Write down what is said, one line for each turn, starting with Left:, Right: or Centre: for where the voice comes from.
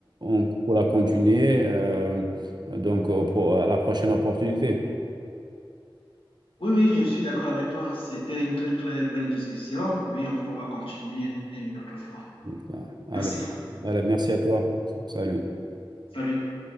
Right: on pourra continuer euh, donc euh, pour, à la prochaine opportunité.
Left: Oui, oui, je suis d'accord avec toi. C'était une très, très belle discussion. Oui, on pourra continuer une autre fois.
Right: Donc, euh, Allez,
Left: Merci.
Right: allez, merci à toi. Salut.
Left: Salut.